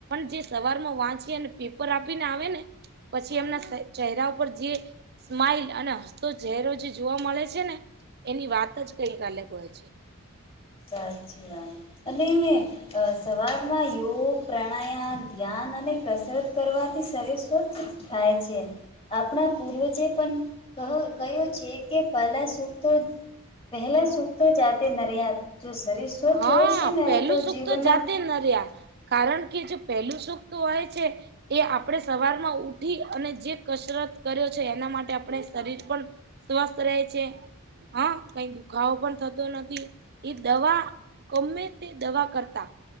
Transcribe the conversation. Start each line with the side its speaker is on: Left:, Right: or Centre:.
Right: જે સવારમાં વાંચીને પેપર આપીને આવે ને પછી એમના ચહેરા પર જે સ્માઈલ અને હસતો ચહેરો જે જોવા મળે છે. છે ને એની વાત જ કોઈ અલગ હોય છે.
Left: સાચી વાત અને અ સવારમાં યોગ પ્રાણાયામ ધ્યાન અને કસરત કરવાથી શરીર સ્વસ્થ થાય છે. આપણા પૂર્વજે પણ કહ્યું છે કે પહેલા સુખ તો પહેલા સુખ તો જાતે નરિયા જો શરીર સ્વચ્છ
Right: હા
Left: હોય છે ને
Right: પહેલું
Left: તો
Right: સુખ
Left: જીવનના
Right: જાતે ન રહ્યા. કારણ કે જે પહેલું સુખ તો હોય છે. એ આપણે સવારમાં ઉઠી અને જે કસરત કર્યો છે એના માટે આપણે શરીર પણ સ્વસ્થ રહે છે હ કઈ દુખાવો પણ થતો નથી એ દવા ગમે તે દવા કરતા